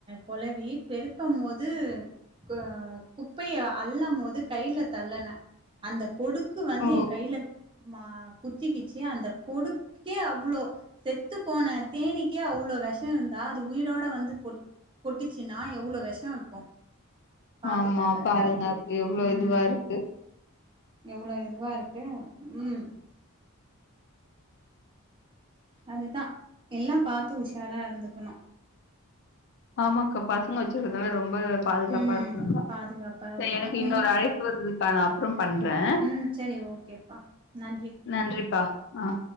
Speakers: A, on the right (about 25°); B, on the left (about 50°).
A: கொளவி பெருக்கம் போது கு குப்பைய அல்ல போது கைய்ல தள்ளன அந்த கொடுக்கு வந்து
B: ஓ
A: என் கைய்ல மா குத்திக்கிச்சு அந்த கொடு கே அவ்ளோ செத்து போன தேனீக்கே அவ்ளோ வேஷோ இருந்தா அது உயிரோட வந்து கொட் கொட்டிச்சின்னா எவ்ளோ வேஷோ இருக்கு பாத்துக்கங்க
B: ஆமா பாருங்க அப்ப எவ்ளோ
A: ம்
B: இதுவா இருக்கு
A: எவ்ளோ இதுவா இருக்கு ம் அதுதா எல்லா பாத்து உஷாரா இருந்துக்கணு
B: ஆமாங்க்கா பசங்க வச்சுக்கதனால ரொம்ப பாதுகாப்பா
A: ம்
B: இருக்கணுங்க்கா
A: பாதுகாப்பா இருக்கணு
B: எனக்கு இன்னொரு
A: எங்
B: அழைப்பு வருது க்கா நா அப்றோ பண்றே
A: ம் சேரி ஓகேப்பா நன்றி
B: நன்றிப்பா அ